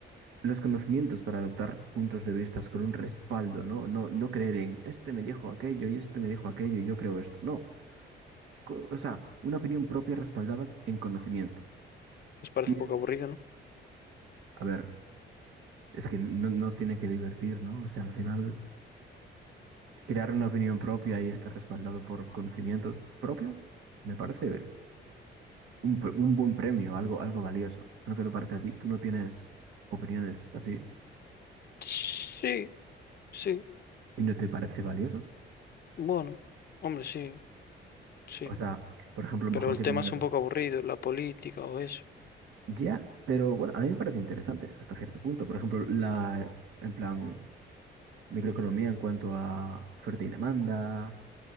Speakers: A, on the right; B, on the left.
A: los conocimientos para adoptar puntos de vista con un respaldo, ¿no? No, no creer en este me dijo aquello y este me dijo aquello y yo creo esto. No, Co- o sea, una opinión propia respaldada en conocimiento.
B: Les parece
A: Y,
B: un
A: eh,
B: poco aburrido, ¿no?
A: a ver, es que no, no tiene que divertir, ¿no? O sea, al final... crear una opinión propia y estar respaldado por conocimientos propios, me parece un, pre- un buen premio, algo, algo valioso. ¿No te lo parece a ti? ¿Tú no tienes opiniones así
B: Sí, sí.
A: y no te parece valioso?
B: Bueno, hombre, sí, sí.
A: O sea, por ejemplo, mejor
B: Pero el
A: que
B: tema
A: tener...
B: es un poco aburrido, la política o eso.
A: Ya, pero bueno, a mí me parece interesante hasta cierto punto. Por ejemplo, la, en plan, microeconomía en cuanto a oferta y demanda,